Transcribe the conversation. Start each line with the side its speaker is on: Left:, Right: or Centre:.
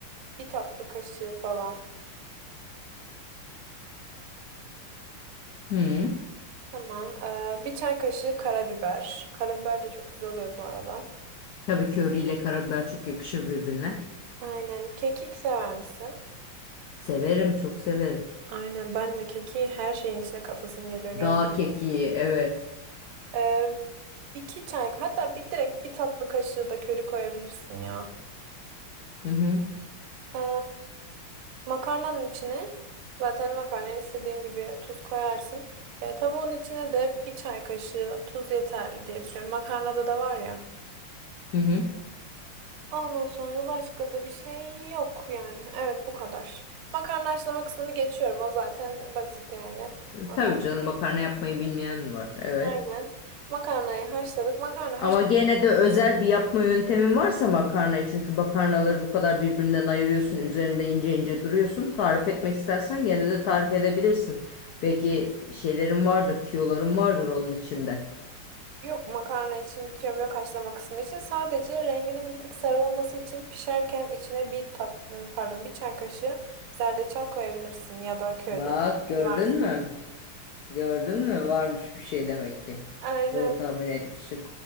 Right: bir tatlı kaşığı falan.
Left: Hı.
Right: Tamam. Ee, bir çay kaşığı karabiber. Karabiber de çok güzel oluyor bu arada.
Left: Tabii köri ile karabiber çok yakışır birbirine.
Right: Aynen. Kekik sever misin?
Left: Severim, çok severim.
Right: Aynen ben de keki her şeyin içine katasım geliyor gel.
Left: Dağ kekiği evet.
Right: Ee, iki çay hatta bir direkt bir tatlı kaşığı da köri koyabilirsin ya.
Left: Hı hı.
Right: Ee, Makarnanın içine zaten makarnayı istediğin gibi tuz koyarsın. E, tavuğun içine de bir çay kaşığı tuz yeterli diye düşünüyorum. Makarnada da var ya.
Left: Hı hı.
Right: Ondan sonra başka da bir şey yok yani. Evet bu kadar. Makarna haşlama kısmını geçiyorum. O zaten basit yani. Makarna.
Left: Tabii canım makarna yapmayı bilmeyen mi var? Evet.
Right: Aynen. Makarnayı haşladık. Makarna
Left: Ama gene de özel bir yapma yöntemin varsa makarnayı çünkü makarnaları bu kadar birbirinden ayırıyorsun, üzerinde ince ince duruyorsun. Tarif etmek istersen gene de tarif edebilirsin. Belki şeylerin vardır, tüyoların vardır onun içinde.
Right: Yok makarna için bitiyorum yok haşlama kısmı için. Sadece renginin bir tık sarı olması için pişerken içine bir tat ım, pardon bir çay kaşığı zerdeçal koyabilirsin ya da köri
Left: Bak gördün
Right: varsa.
Left: mü? Gördün mü? Varmış bir şey demek ki.
Right: Aynen.
Left: Doğru tahmin etmişim.